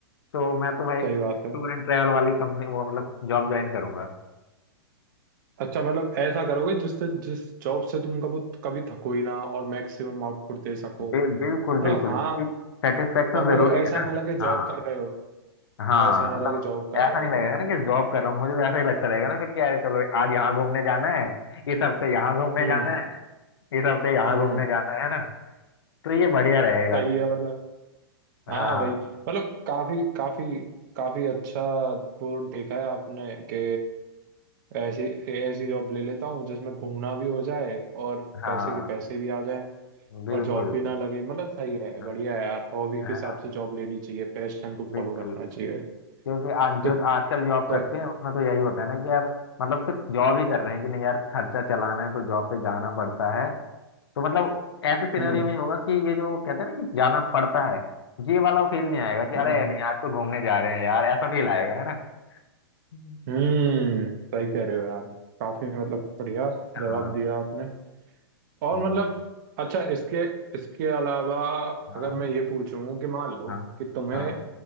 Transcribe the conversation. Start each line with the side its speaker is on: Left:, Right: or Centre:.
Left: तो मैं तो भाई
Right: सही
Left: टूर
Right: बात है
Left: एंड ट्रैवल वाली कंपनी वो मतलब जॉब ज्वाइन करूंगा
Right: अच्छा मतलब ऐसा करोगे जिससे जिस जॉब से तुम कभी कभी थको ही ना और मैक्सिमम आउटपुट दे सको
Left: बिल, बिल्कुल
Right: मतलब
Left: बिल्कुल
Right: हाँ
Left: क्योंकि सेटिस्फेक्शन
Right: और
Left: जरूरी
Right: मतलब ऐसा
Left: है ना
Right: ना लगे
Left: हाँ
Right: जॉब कर रहे हो
Left: हाँ
Right: ऐसा ना
Left: मतलब
Right: लगे जॉब कर
Left: ऐसा
Right: रहे
Left: नहीं
Right: हो
Left: लगेगा ना कि जॉब कर रहा हूँ मुझे तो ऐसा ही लगता रहेगा ना फिर कि यार चलो आज यहाँ घूमने जाना है इस हफ्ते यहाँ घूमने
Right: हम्म
Left: जाना है इस हफ्ते यहाँ
Right: हम्म
Left: घूमने जाना है ना तो ये बढ़िया रहेगा
Right: सही है मतलब
Left: हाँ
Right: हाँ वही मतलब काफी काफी काफी अच्छा बोर्ड देखा है आपने कि ऐसी ऐसी जॉब ले लेता हूँ जिसमें घूमना भी हो जाए और
Left: हाँ
Right: पैसे के पैसे भी आ जाए
Left: बिल्कुल
Right: और जॉब भी ना लगे मतलब सही है
Left: हाँ,
Right: बढ़िया है यार हॉबी के
Left: है
Right: हिसाब
Left: ना
Right: से जॉब लेनी चाहिए पैशन को
Left: बिल्कुल
Right: फॉलो करना चाहिए
Left: क्योंकि आ, जो
Right: तो
Left: आजकल जॉब
Right: सही
Left: करते हैं उसमें तो यही होता है ना कि यार मतलब सिर्फ जॉब ही कर रहे हैं कि नहीं यार खर्चा चलाना है तो जॉब पे जाना पड़ता है तो मतलब ऐसे सिनेरियो
Right: हम्म
Left: में ये होगा कि ये जो कहते हैं ना कि जाना पड़ता है ये वाला फील नहीं आएगा कि अरे
Right: हम्म
Left: नहीं आज तो घूमने जा रहे हैं यार ऐसा फील आएगा है ना हम्म।
Right: हम्म सही कह रहे हो यार काफी मतलब बढ़िया
Left: हाँ
Right: जवाब दिया आपने और
Left: हम्म,
Right: मतलब अच्छा इसके इसके अलावा
Left: हाँ
Right: अगर मैं ये पूछूं कि मान लो
Left: हाँ
Right: कि तुम्हें
Left: हाँ